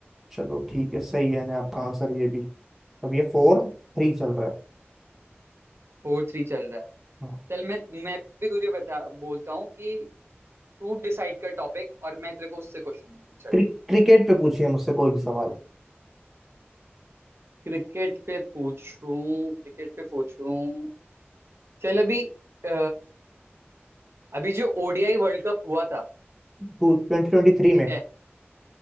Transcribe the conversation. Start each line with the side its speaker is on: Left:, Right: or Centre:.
Centre: चलो ठीक है सही है ना आपका आंसर ये भी अब ये फोर थ्री चल रहा है
Right: फोर थ्री चल रहा है
Centre: हाँ।
Right: चल मैं मैं भी तुझे बता बोलता हूँ कि तू डिसाइड कर टॉपिक और मैं तेरे को उससे क्वेश्चन दूंगा चल
Centre: क्रि, क्रिकेट पे पूछिए मुझसे कोई भी सवाल
Right: क्रिकेट पे पूछूं क्रिकेट पे पूछूं चल अभी अ, अभी जो ओडीआई वर्ल्ड कप हुआ था
Centre: टू ट्वेंटी ट्वेंटी थ्री
Right: ठीक
Centre: में
Right: है